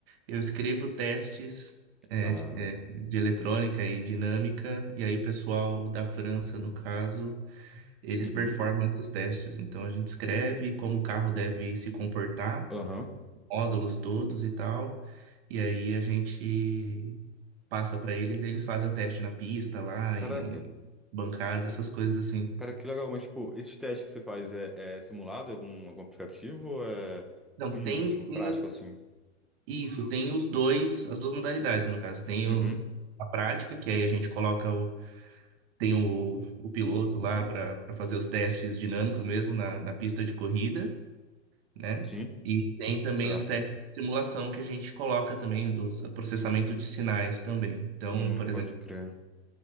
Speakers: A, on the right; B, in the centre.
A: Eu escrevo testes é,
B: Ah,
A: de, é, de eletrônica e dinâmica, e aí o pessoal da França, no caso, eles
B: uhum,
A: performam esses testes. Então a gente escreve como o carro deve se comportar.
B: aham.
A: módulos todos e tal. E aí a gente passa para eles, eles fazem o teste na pista lá,
B: Caraca,
A: em bancada, essas coisas assim.
B: cara, que legal. Mas, tipo, esses testes que você faz é, é simulado em algum, algum aplicativo ou é
A: Não,
B: físico,
A: tem,
B: tipo,
A: tem
B: prático,
A: as-
B: assim?
A: isso, tem os dois, as duas modalidades, no caso. Tem
B: Uhum,
A: o- a prática, que aí a gente coloca o, tem o, o piloto lá para para fazer os testes dinâmicos mesmo na, na pista de corrida, né?
B: sim,
A: E tem também
B: certo.
A: os testes de simulação que a gente coloca também, dos o processamento de sinais também. Então,
B: Hum,
A: por exemplo,
B: pode crer.